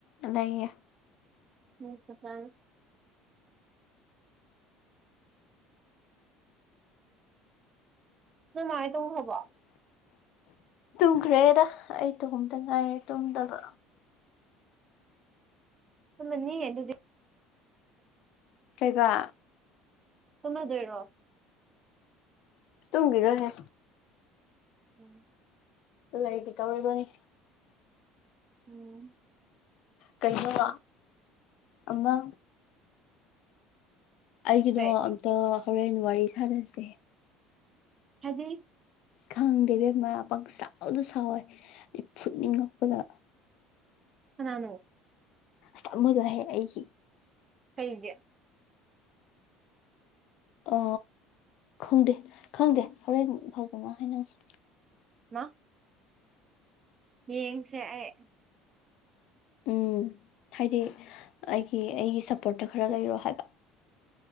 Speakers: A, on the left (about 65°); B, on the right (about 35°).
A: ꯑꯗꯑꯦ
B: ꯍꯝ ꯆꯔ ꯅꯉꯥꯏꯇꯝ ꯍꯕ
A: ꯇꯨꯝꯈ꯭ꯔꯦꯗ ꯑꯩ ꯇꯣꯝꯗ ꯉꯥꯏꯔꯦ ꯇꯨꯝꯗꯕ
B: ꯎꯝꯃꯅꯤ ꯑꯗꯨꯗꯤ
A: ꯀꯩꯕ
B: ꯇꯃꯦꯗꯔꯣ
A: ꯇꯨꯡꯒꯤꯔꯣꯍꯦ
B: ꯎꯝ
A: ꯂꯩꯒ ꯇꯧꯔꯤꯕꯅꯤ
B: ꯎꯝ
A: ꯀꯩꯅꯣ ꯅ ꯑꯃ ꯑꯩꯒꯤꯗꯣ
B: ꯀꯩ
A: ꯑꯝꯇ ꯍꯣꯔꯦꯟ ꯋꯥꯔꯤ ꯁꯥꯟꯅꯁꯦ
B: ꯍꯥꯏꯗꯤ
A: ꯈꯪꯗꯩꯗꯩ ꯃꯔꯥ ꯄꯛ ꯆꯥꯎꯅ ꯁꯥꯎꯋꯦ ꯐꯨꯠꯅꯤꯡꯉꯛꯄꯗ
B: ꯀ ꯅꯥꯅꯣ
A: ꯁꯃꯖꯍ ꯑꯩꯒꯤ
B: ꯍꯦꯡꯒꯤ
A: ꯑ ꯈꯪꯗꯦ ꯈꯪꯗꯦ ꯍꯣꯔꯦꯟ ꯏ ꯐꯥꯎꯗꯅ ꯍꯥꯏꯅꯁꯤ
B: ꯃꯥ ꯌꯦꯡꯁꯦ ꯑꯩ
A: ꯎꯝ ꯍꯥꯏꯗꯤ ꯑꯩꯒꯤ ꯑꯩꯒꯤ ꯁꯞꯄꯣꯔꯠꯇ ꯈꯔ ꯂꯩꯔꯣ ꯍꯥꯏꯕ